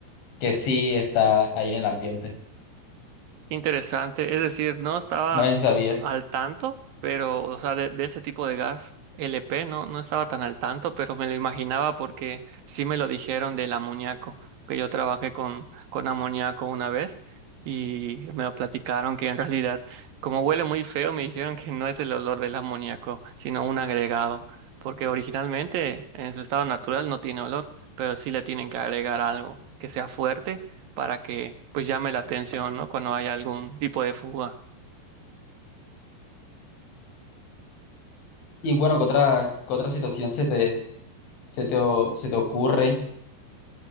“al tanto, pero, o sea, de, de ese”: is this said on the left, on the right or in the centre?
Right